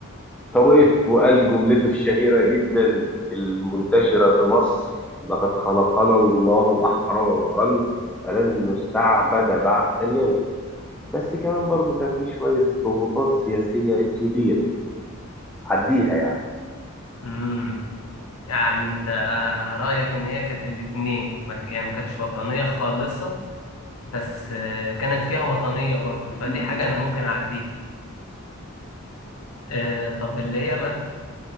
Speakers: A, in the centre; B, on the left.
A: فوقف وقال جملته الشهيره جدا المنتشره في مصر لقد خلقنا الله احرارا فلن نستعبد بعد اليوم بس كمان برضو كان في شويه ضغوطات سياسيه كبيره عديها
B: امم يعني أنت رأيك إن هي كانت الاتنين ما ك- يعني ما كانتش وطنية خالصة بس آه، كانت فيها وطنية برضو فدي
A: يعني
B: حاجة أنا ممكن أعديها آه، طب اللي هي